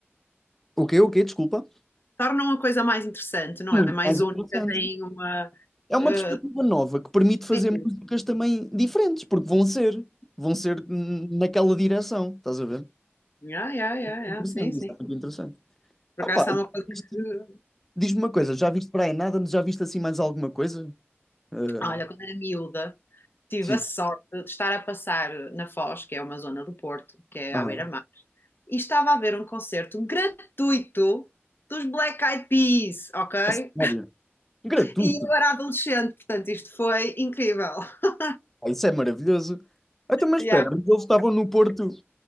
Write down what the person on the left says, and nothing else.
torna uma coisa mais interessante, não
é? Mais
única,
tem uma.
eh,
sim,
yeah, yeah, yeah, yeah,
sim, sim.
Por
acaso
é
uma
coisa
que.
Olha, quando era miúda, tive
a sorte de estar a passar na Foz, que é uma zona do Porto, que é
à beira-mar, e estava a ver um concerto gratuito dos Black Eyed Peas, ok?
E eu era adolescente, portanto, isto foi incrível. <laughs>
Yeah.